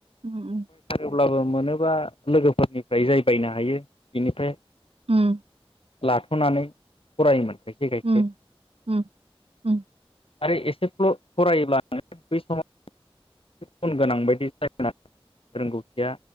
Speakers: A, on the right (about 80°); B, on the left (about 70°).
A: ओम ओम।
B: अब्लाबो मोनोबा लोगोफोरनिफ्राय जाय बायनो हायो बेनिफ्राय
A: ओम।
B: लाथ'नानै फरायोमोन, खायसे खायसे
A: उम उम उम
B: आरो एसे फ्ल फरायोब्लानो बै समाव, गुन गोनां बायदि सायखोना आरो रोंगौथिया,